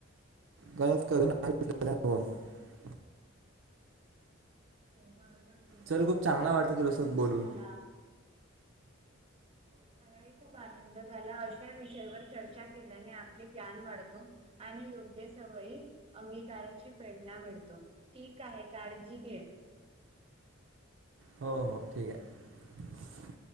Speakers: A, on the right; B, on the right.
A: गलत करून <unintelligible>
B: <inaudible> हो बरोबर बोललास
A: चल खूप
B: तु,
A: चांगला
B: मलाही
A: वाटलं
B: खूप
A: तुझ्यासोबत
B: आनंद
A: बोलून
B: झाला. मलाही खूप आनंद झाला, अशा विषयावर चर्चा केल्याने आपले ज्ञान वाढतो आणि योग्य सवयी अंगीकाराची प्रेरणा मिळतो. ठीक आहे काळजी घे.
A: हो हो ठीक हाय.